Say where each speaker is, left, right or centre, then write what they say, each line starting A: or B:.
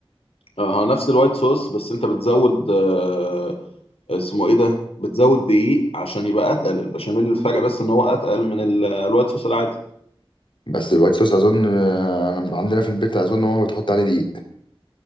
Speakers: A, on the left; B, on the left.
A: اه نفس الوايت صوص بس انت بتزود آه اسمه ايه ده بتزود دقيق عشان يبقى اتقل البشاميل الفرق بس ان هو اتقل من ال- آه، الوايت صوص العادي
B: بس الوايت صوص أظن أنا عندنا في البيت أظن ماما بتحط عليه دقيق